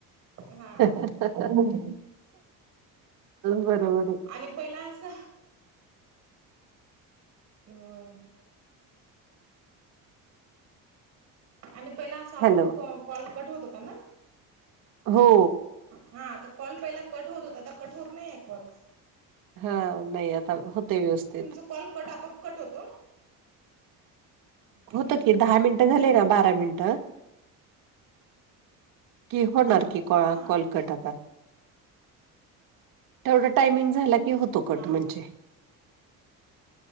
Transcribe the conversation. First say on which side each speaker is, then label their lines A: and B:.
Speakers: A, on the right (about 50°); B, on the right (about 65°).
A: हा
B: <unintelligible> बरोबर. आहे
A: आणि पहिला अस <inaudible> बर आणि पहिला असा आपोआप
B: हॅलो
A: कॉ कॉल कट होत होता ना?
B: हो.
A: हा आता कॉल पहिला कट होत होताता कट होत नाही आहे कॉल.
B: हा नाही आता होते व्यवस्थित.
A: तुमचा कॉल कट आपप कट होतो. हम्म,
B: होतं
A: हम्म.
B: की दहा मिनट मिंट झाले की बारा मिंट <inaudible> की होणार की. कॉ
A: हा
B: -कॉल कट आता. तेवढं टायमिंग झाल की हो -- तोकट
A: हा
B: म्हणजे
A: हा